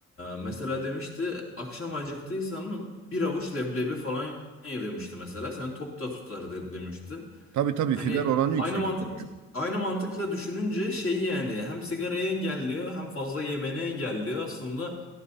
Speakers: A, on the left (about 45°); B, on the right (about 70°).
A: mesela demişti akşam acıktıysan mı bir avuç leblebi falan ye demişti mesela. Seni tok da tutar de- demişti.
B: tabii tabii
A: Hani
B: fiber oranı yüksek
A: aynı mantık
B: çünkü.
A: aynı mantıkla düşününce şey yani hem sigarayı engelliyor hem fazla yemeni engelliyor aslında